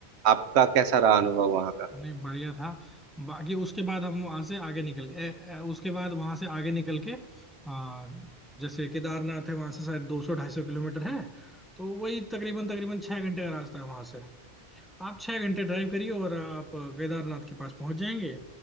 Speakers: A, on the right (about 80°); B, in the centre.
A: आपका कैसा रहा अनुभव वहाँ का
B: नहीं बढ़िया था बाकी उसके बाद हम वहां से आगे निकल गए उसके बाद वहां से आगे निकल के आ, जैसे केदारनाथ है वहां से शायद दो सौ ढाई सौ किलोमीटर है तो वही तकरीबन तकरीबन छह घंटे का रास्ता है वहां से आप छह घंटे ड्राइव करिए और आप केदारनाथ के पास पहुंच जाएंगे